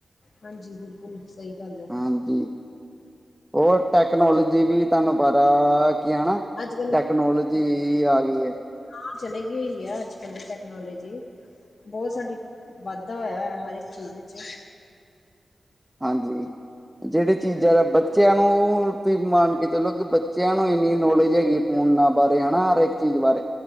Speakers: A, on the left; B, in the centre.
A: ਹਾਂਜੀ ਬਿਲਕੁਲ ਸਹੀ ਗੱਲ ਹੈ
B: ਹਾਂਜੀ ਉਹ ਟੈਕਨੋਲੋਜੀ ਵੀ, ਤੁਹਾਨੂੰ ਪਤਾ, ਕੀ ਹਨਾ
A: ਅੱਜ
B: ਟੈਕਨੋਲੋਜੀ, ਆ ਗਈ ਏ
A: ਹਾ ਚਲੇ ਗਈ ਆ ਅੱਜ -ਕੱਲ ਦੀ ਟੈਕਨੋਲੋਜੀ ਬੋਹਤ ਸਾਡੀ, ਵਾਧਾ ਹੋਇਆ ਹੈ ਹਰ ਇੱਕ ਚੀਜ਼ ਵਿੱਚ
B: ਹਾਂਜੀ, ਜਿਹੜੀ ਚੀਜ਼ਾਂ ਦਾ ਬ ਬੱਚਿਆਂ ਨੂੰ, ਤੁਸੀਂ ਮੰਨ ਕੇ ਚਲੋ ਕਿ ਬੱਚਿਆਂ ਨੂੰ ਇੰਨੀ ਨੌਲੇਜ ਹੈਗੀ ਫੋਨਾਂ ਬਾਰੇ ਹਨਾ ਹਰ ਇੱਕ ਚੀਜ਼ ਬਾਰੇ,